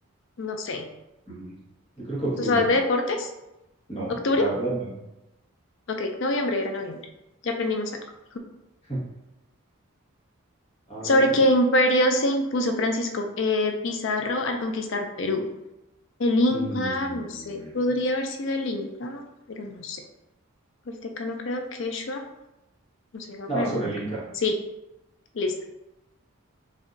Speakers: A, on the left; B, on the left.
A: No sé.
B: mm, Yo creo que octubre.
A: ¿Tú sabes de deportes?
B: No,
A: ¿Octubre?
B: la verdad no.
A: Ok, noviembre era noviembre. Ya aprendimos algo.
B: <laughs> A
A: ¿Sobre
B: ver.
A: qué imperio se impuso Francisco eh, Pizarro al conquistar Perú? El Inca,
B: mm,
A: no sé. Podría haber sido el Inca, pero no El no creo Quechua. No sé, voy a
B: No,
A: ponerle
B: sobre
A: nunca.
B: el Inca.
A: Sí, listo.